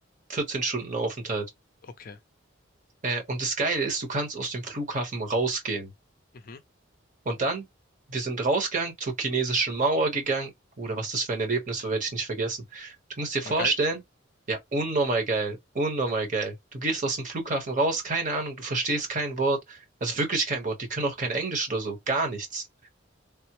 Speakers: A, on the right (about 40°); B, on the left (about 45°).
A: 14 Stunden Aufenthalt.
B: Okay.
A: Äh, und das Geile ist, du kannst aus dem Flughafen rausgehen.
B: Mhm.
A: Und dann, wir sind rausgegangen, zur chinesischen Mauer gegangen. Bruder, was das für ein Erlebnis war, werde ich nicht vergessen. Du musst dir
B: War
A: vorstellen,
B: geil.
A: ja, unnormal geil, unnormal geil. Du gehst aus dem Flughafen raus, keine Ahnung, du verstehst kein Wort, also wirklich kein Wort, die können auch kein Englisch oder so, gar nichts.